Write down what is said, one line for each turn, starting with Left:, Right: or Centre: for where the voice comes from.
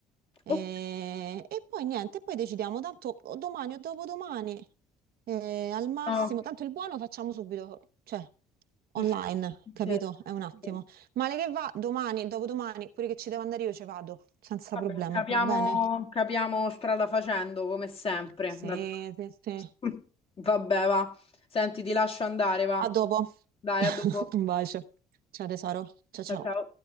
Right: E,
Left: Ok.
Right: e poi niente, poi decidiamo, tanto o domani o dopodomani, eh, al massimo,
Left: No,
Right: tanto il buono facciamo subito, cioè online,
Left: effettivamente,
Right: capito? È un attimo.
Left: sì.
Right: Male che va, domani e dopodomani, pure che ci devo andare io ci vado, senza
Left: Vabbè,
Right: problema,
Left: capiamo,
Right: va bene?
Left: capiamo strada facendo come sempre.
Right: Sì,
Left: D'altro-
Right: sì, sì.
Left: <laughs> Vabbè, va. Senti, ti lascio andare, va.
Right: A dopo.
Left: Dai,
Right: <laughs>
Left: a dopo.
Right: Un bacio. Ciao tesoro. Ciao
Left: Ciao
Right: ciao.
Left: ciao.